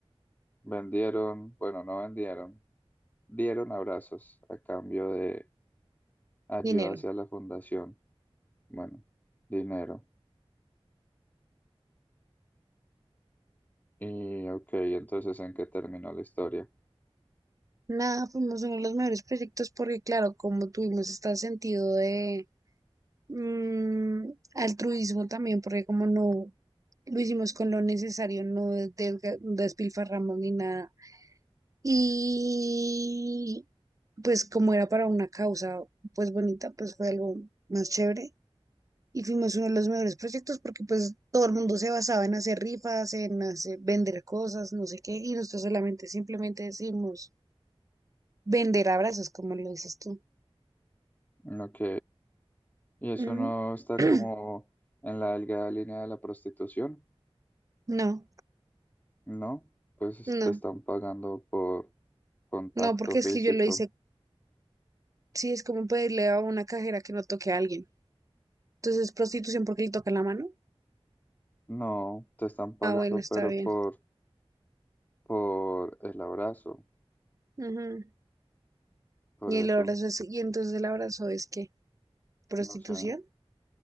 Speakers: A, on the left; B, on the right.
A: vendieron, bueno, no vendieron, dieron abrazos a cambio de ayuda
B: dinero.
A: hacia la fundación. Bueno, dinero. Y ok, entonces ¿en qué terminó la historia?
B: Nada, fuimos uno de los mejores proyectos porque, claro, como tuvimos este sentido de mm, altruismo también, porque como no lo hicimos con lo necesario, no desga- no despilfarramos ni nada. Y pues como era para una causa, pues bonita, pues fue algo más chévere. Y fuimos uno de los mejores proyectos porque pues todo el mundo se basaba en hacer rifas, en hacer, vender cosas, no sé qué, y nosotros solamente simplemente decimos vender abrazos, como lo dices tú.
A: Ok, y eso
B: Mm,
A: no está
B: <clears throat>
A: como en la delgada línea de la prostitución,
B: No,
A: ¿no? Pues
B: no,
A: te están pagando por contacto
B: no, porque
A: físico.
B: es que yo lo hice, sí, es como pedirle a una cajera que no toque a alguien. Entonces es prostitución porque le toca la mano.
A: No, te están pagando,
B: Ah, bueno, está
A: pero
B: bien.
A: por por el abrazo,
B: Ujú.
A: por
B: Y
A: eso,
B: el abrazo es, y entonces el abrazo es qué prostitución.
A: no sé.